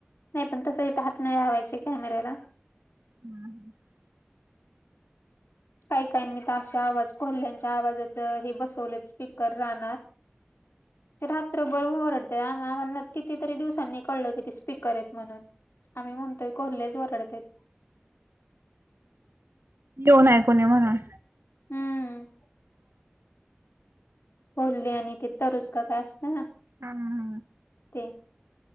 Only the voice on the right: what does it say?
<inaudible>
येेऊ नाही कोणी म्हणून.
हा